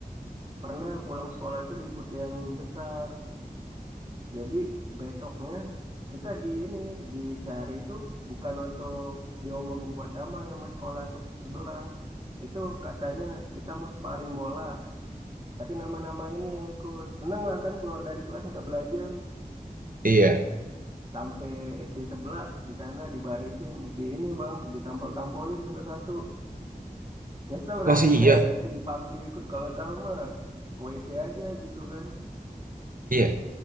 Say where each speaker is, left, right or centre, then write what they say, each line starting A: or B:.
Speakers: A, on the right; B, on the right.
A: Pernah pulang sekolah tuh ribut yang besar. Jadi besoknya kita di ini dicari itu bukan untuk diomongin buat damai sama sekolah se- sebelah. Itu katanya kita mau sparring bola. Tapi nama-nama ini yang ikut seneng lah kan keluar dari kelas nggak belajar
B: Iya.
A: sampai SD sebelah di sana dibarisin di ini bang ditampol-tampolin satu-satu nyesel
B: Masih
A: rasanya
B: iya,
A: <laughs> dipanggil ikut kalau tahu mah koisi aja gitu kan
B: iya.